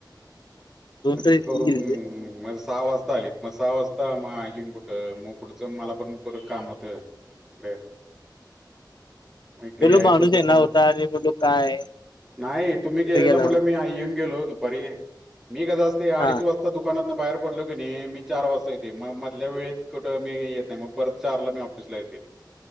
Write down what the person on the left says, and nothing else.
दोन
तर
इथेच
गेलेले.
पलो
माणूस
येना
होता आणि मी म्हणलो काय.
कुठे गेला?
हा